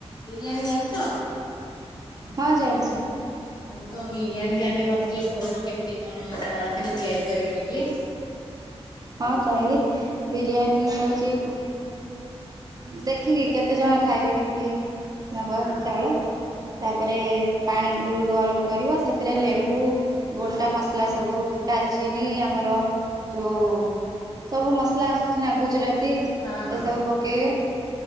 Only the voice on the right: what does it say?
ହଁ ଜାଣିଚି।
ହଁ କହିବି ବିରିୟାନୀ ହୋଉଚି। ଦେଖିକି କେତେ ଜଣ ଖାଇବେ କେମିତି ନବ
ଚାଉଳ ତାପରେ ପାଣିକୁ ଗରମ କରିବ ସେଥିରେ ଲେମ୍ବୁ ଗୋଟା ମସଲା ସବୁ ଡାଲଚିନି ଆମର ଯୋଉ ସବୁ ମସଲା ଆସୁଚି ନା ଗୁଜୁରାତି
ଏସବୁ ପକେଇବେ